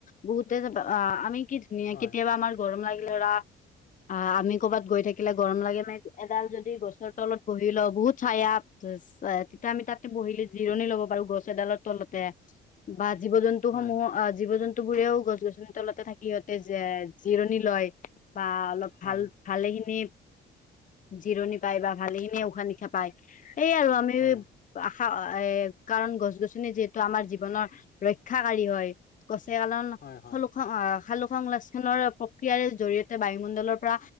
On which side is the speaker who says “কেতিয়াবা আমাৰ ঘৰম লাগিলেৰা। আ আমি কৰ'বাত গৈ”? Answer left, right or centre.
Left